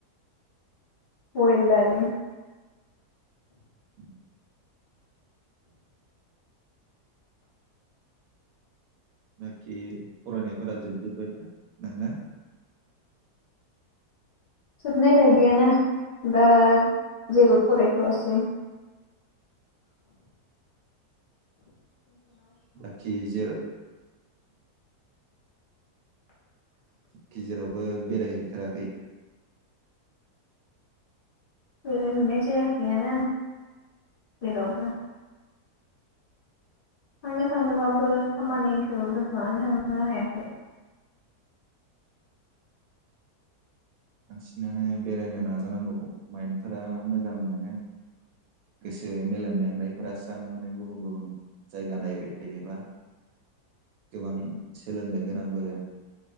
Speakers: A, on the left; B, on the right.
A: बयेल दालि
B: उ बाखि फरायनायफोरा जोबजोब्बायना नोंना
A: जोबनाय बायदियानो दा जेबो फराय थ'आसै
B: बाखि जे गेजेरावबो बेरायहैथाराखै।
A: बेरायहैनाय जायाखैयानो जेरावबो। थांनो सानोबाबो खामानिखौ दोनथ'नानै थांनो हायाखै।
B: बांसिनानो बेरायनो नाजानांगौ माइन्डफोरा मोजां मोनो। गोसो मेलेम मेंनायफोरा स्रां मोनो गुबुन गुबुन जायगा नायबाय थायोब्ला गोबां सोलोंनो गोनांबो